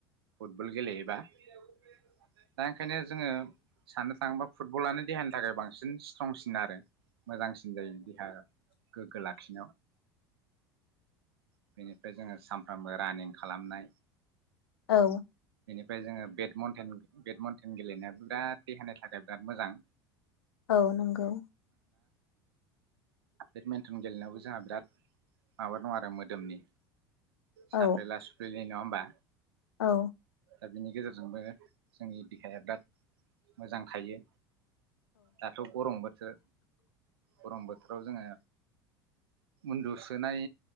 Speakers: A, on the right; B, on the left.
A: फुटबल गेलेयोबा दा ओंखायनो जोङो साननो थाङोबा फुटबलआनो देहानि थाखाय बांसिन स्ट्रंसिन आरो। मोजांसिन जायो देहा गोग्गो लाखिनायाव। बेनिफ्राय जोङो सानफ्रामबो रानिं खालामनाय
B: औ
A: ओमफ्राय जोङो बेडमन्टेन बेडमन्टेन गेलेनायाबो बिराद देहानि थाखाय बिराद मोजां।
B: औ नंगौ।
A: बेडमेन्टन गेलेनायावबो जोंहा बिराद माबा दं आरो मोदोमनि
B: औ
A: साफ्रेला सुफ्रेलि नङा बा
B: औ
A: दा बिनि गेजेरजोंबो जोंनि देहाया बिराद मोजां थायो। दाथ' गरम बोथोर गरम बोथोराव जोङो उन्दुसोनाय